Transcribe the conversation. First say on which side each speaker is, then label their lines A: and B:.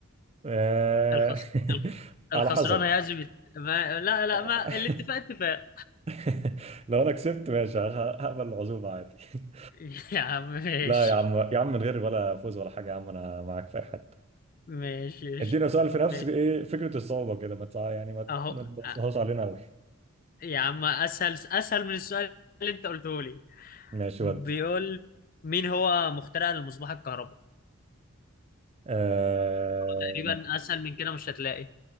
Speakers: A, on the right (about 30°); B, on the left (about 40°).
A: آه...
B: الخس... الخ-
A: <laughs>
B: الخسران
A: على حسب
B: هيعزم الت... ما... لا لا
A: <laughs>
B: ما الاتفاق اتفاق
A: <laughs> لو انا كسبت ماشي ه- هقبل العزومه عادي <laughs>
B: <laughs> يا عم ماشي
A: لا يا عم يا عم من غير ولا فوز ولا حاجه يا عم انا معاك في اي حته
B: ماشي قشطة.
A: ادينا سؤال في نفس
B: ماشي
A: ايه فكره الصعوبه كده ما تع- يعني ما
B: اهو
A: ما تبصهاش
B: آه،
A: علينا قوي
B: يا عم اسهل اسهل من السؤال اللي انت قلته لي
A: ماشي
B: بيقول
A: ودي
B: مين هو مخترع المصباح الكهربائي
A: أه...
B: تقريبا اسهل من كده مش هتلاقي